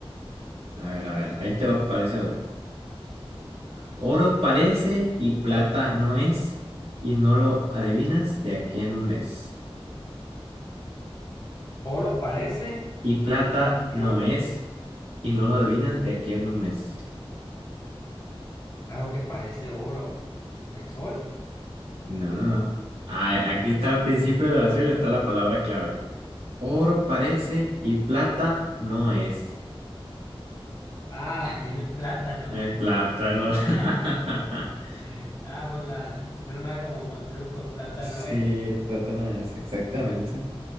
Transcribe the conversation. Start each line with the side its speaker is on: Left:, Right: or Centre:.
Right: A ver, a ver, ahí te va- aparece otro. Oro parece y plata no es, y no lo adivinas de aquí en un mes.
Left: Oro parece,
Right: Y plata
Left: pero plátano
Right: no
Left: es.
Right: es, y no lo adivinas de aquí en un mes.
Left: Algo que parece oro. ¿El sol?
Right: No, no, no. Ah, aquí está al principio de la oración, está la palabra clave. Oro parece y plata no es.
Left: Ah, <laughs> el plátano.
Right: Es plátano.
Left: <laughs>
Right: <laughs>
Left: Ah, por la... Suena como con truco, plátano
Right: Sí,
Left: es. <laughs>
Right: plátano es, exactamente.